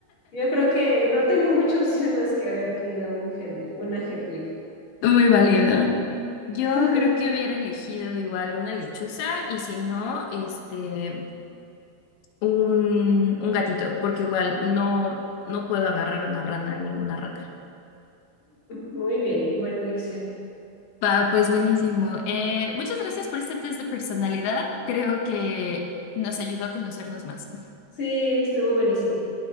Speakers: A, on the left; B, on the left.
A: yo creo que no tengo mucha <laughs> opción más que haber tenido un Hedwig- una Hedwig.
B: Muy válido. Yo
A: <laughs>
B: creo que hubiera elegido igual una lechuza y si no, este... un, un gatito, porque igual no, no puedo agarrar una rana ni una rata.
A: Muy bien, buena elección.
B: Va, pues buenísimo. Eh, muchas gracias por este test de personalidad. Creo que nos ayudó a conocernos más.
A: Sí, estuvo buenísimo.